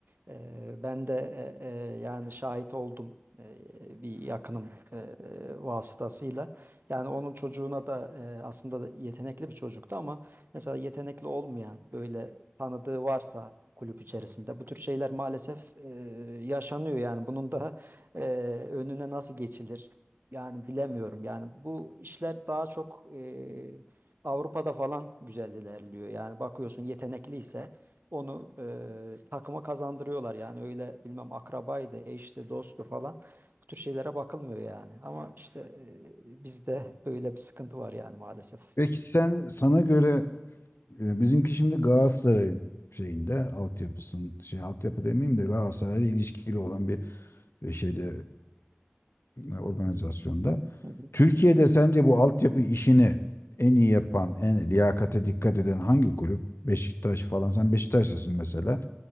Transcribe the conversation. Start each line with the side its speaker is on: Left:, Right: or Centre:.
Right: Eee, ben de e- e, yani şahit oldum eee, bir yakınım eee, vasıtasıyla. Yani onun çocuğuna da eee, aslında da yetenekli bir çocuktu ama mesela yetenekli olmayan böyle tanıdığı varsa kulüp içerisinde bu tür şeyler maalesef eee, yaşanıyor yani bunun da eee, önüne nasıl geçilir? Yani bilemiyorum. Yani bu işler daha çok e, Avrupa'da falan güzel ilerliyor. Yani bakıyorsun yetenekliyse onu e, takıma kazandırıyorlar. Yani öyle bilmem akrabaydı, eşti, dosttu falan. Bu tür şeylere bakılmıyor yani. Ama işte e, bizde böyle bir sıkıntı var yani maalesef.
Left: Peki sen sana göre e, bizimki şimdi Galatasaray şeyinde altyapısın şey altyapı demeyeyim de Galatasaray'la ilişkili olan bir e, şeyde e, organizasyonda.
Right: Hı hı.
Left: Türkiye'de sence bu altyapı işini en iyi yapan, en liyakate dikkat eden hangi kulüp? Beşiktaş falan. Sen Beşiktaşlısın mesela.